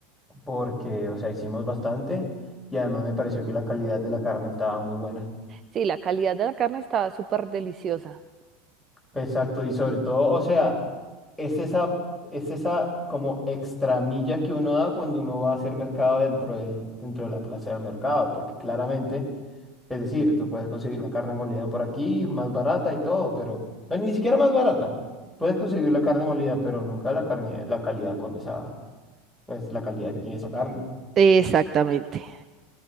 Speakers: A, in the centre; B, on the right.
A: porque, o sea, hicimos bastante y además me pareció que la calidad de la carne estaba muy buena.
B: Sí, la calidad de la carne estaba súper deliciosa.
A: Exacto, y sobre todo, o sea, es esa, es esa como extra milla que uno da cuando uno va a hacer mercado dentro del, dentro de la plaza del mercado, porque claramente, es decir, tú puedes conseguir la carne molida por aquí, más barata y todo, pero, bueno, ni siquiera más barata. Puedes conseguir la carne molida, pero nunca la carne, la calidad con esa, pues la calidad que tiene esa carne.
B: Exactamente.